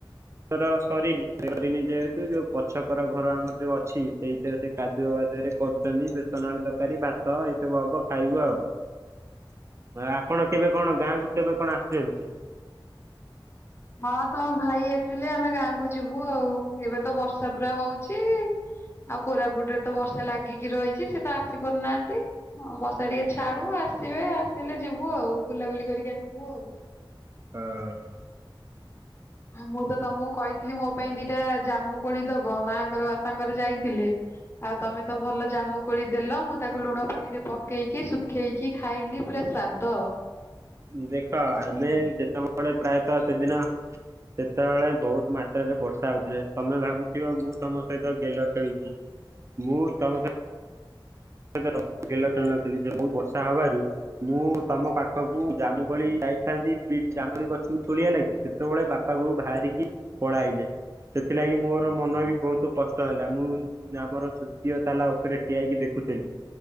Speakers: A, on the right; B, on the left.
A: <inaudible> ସରିନି ସରିନି ଯେହେତୁ ଯୋଉ ପଛକର ଘର ଆମର ଯୋଉ ଅଛି ସେଇଥିରେ ସେ କାଦୁଅ ରେ କରୁଛନ୍ତି ବେସନ ଆଳୁ ତରକାରୀ ଭାତ ଏଇ ସବୁ ହବ ଖାଇବୁ ଆଉ। ଆପଣ କେବେ କଣ ଗାଁ କୁ କେବେ କଣ ଆସୁଛନ୍ତି।
B: ହଁ ତମ ଭାଇ ଆସିଲେ ଆମେ ଗାଁକୁ ଯିବୁ ଆଉ ଏବେ ତ ବର୍ଷା ପୁରା ହଉଛି। ଆଉ କୋରାପୁଟରେ ତ ବର୍ଷା ଲାଗିକି ରହିଛି ସେ ତ ଆସି ପାରୁନାହାନ୍ତି ବର୍ଷା ଟିକେ ଛାଡୁ ଆ ଆସିବେ ଆସିଲେ ଯିବୁ ଆଉ ବୁଲାବୁଲି କରିକି ଆସିବୁ ଆଉ।
A: ହଁ।
B: ଆଉ ମୁଁ ତ ତମକୁ କହିଥିଲି ମୋ ପାଇଁ ଦିଟା ଜାମୁକୋଳି ଦବ ମାଙ୍କର ବାପାଙ୍କର ଯାଇଥିଲେ। ଆଉ ତମେ ତ ଭଲ ଜାମୁ କୋଳି ଦେଲ ମୁଁ ତାକୁ ଲୁଣ ପାଣି ରେ ପକେଇକି ଶୁଖେଇକି ଖାଇଲି ପୁରା ସ୍ୱାଦ।
A: ଦେଖ ଆମେ ଯେତେବେଳେ ପ୍ରାୟତ ସେଦିନ। ସେତେବେଳେ ବହୁତ ମାତ୍ରାରେ ବର୍ଷା ହଉଥିଲା ତମେ ଭାବୁଥିବ ମୁଁ ତମ ସହିତ ଗେଲ ଖେଳୁଛି। ମୁଁ ତମ ସହି ସତର ଗେଲ ଖେଳୁ ନଥିଲି ଯେ ବହୁତ ବର୍ଷା ହବାରୁ ମୁଁ ତମ ପାଖକୁ ଜାମୁକୋଳି ଯାଇଥାନ୍ତି ବି ଜାମୁକୋଳି ଗଛରୁ ତୋଳିଆ ଲାଗି ସେତେବେଳେ ବାପା ବୋଉ ବାହାରିକି ପଳାଇଲେ। ସେଥିଲାଗି ମୋର ମନ ବି ବହୁତ କଷ୍ଟ ହେଲା ମୁଁ ଆମର ତୃତୀୟ ତାଲା ଉପରେ ଠିଆ ହେଇକି ଦେ ଖୁଥିଲି।